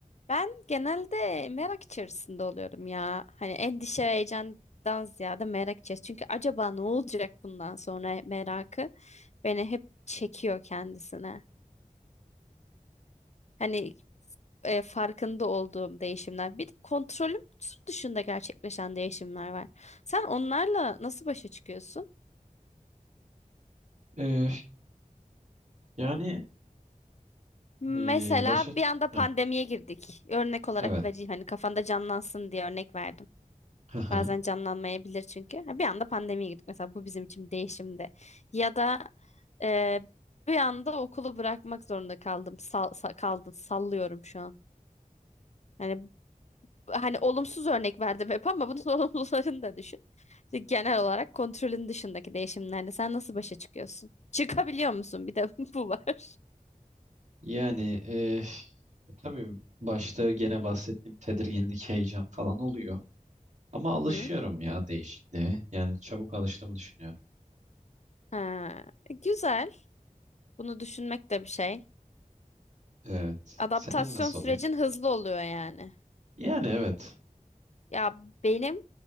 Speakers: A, on the left (about 55°); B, on the right (about 55°).
A: ben genelde merak içerisinde oluyorum ya. Hani endişe ve heyecandan ziyade merak içerisinde. Çünkü acaba ne olacak bundan sonra merakı beni hep çekiyor kendisine. Hani e, farkında olduğum değişimler. Bir de kontrolüm dışında gerçekleşen değişimler var. Sen onlarla nasıl başa çıkıyorsun?
B: Ee, yani
A: Mesela
B: e, başa...
A: bir anda pandemiye
B: Heh,
A: girdik. Örnek olarak
B: evet.
A: vereyim hani kafanda canlansın diye örnek verdim.
B: Haha.
A: Bazen canlanmayabilir çünkü. Ha, Bir anda pandemiye girdik mesela bu bizim için bir değişimdi. Ya da e, bir anda okulu bırakmak zorunda kaldım. Sal, sa- kaldı, sallıyorum şu an. Yani hani olumsuz örnek verdim hep ama bunun <laughs> olumlularını da düşün. İşte genel olarak kontrolün dışındaki değişimlerle sen nasıl başa çıkıyorsun? Çıkabiliyor musun? Bir de <laughs> bu var.
B: Yani e, e, tabii başta gene bahsettiğim tedirginlik, heyecan falan oluyor. Ama alışıyorum
A: Hı hı.
B: ya değişikliğe. Yani çabuk alıştığımı düşünüyorum.
A: Ha, güzel. Bunu düşünmek de bir şey.
B: Evet.
A: Adaptasyon
B: Senin nasıl
A: sürecin
B: oluyor?
A: hızlı oluyor yani.
B: Yani evet.
A: Ya benim